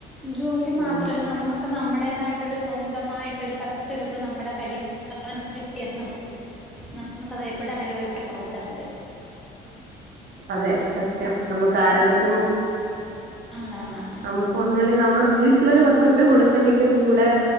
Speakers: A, in the centre; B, on the right (about 65°).
A: ജോലി മാത്രല്ല
B: നം-
A: നമ്മക്ക് ഒക്കെ നമ്മുടേതായിട്ടൊരു സ്വന്തമായിട്ടൊരു പത്ത് രൂപ നമ്മുടെ കയ്യിൽാന നമുക്കത് എപ്പോടാലും ഒരു പ്രൗട്ടാതെ
B: അതെ സത്യം നമുക്ക് ആരുടുത്തും
A: ആന്നാന്ന്
B: നമുക്ക് ഒന്നല്ല നമ്മള് വീട്ടിലൊരു പത്ത്റുപ്യ കൊടുക്കേണ്ടിക്ക് കൂടെ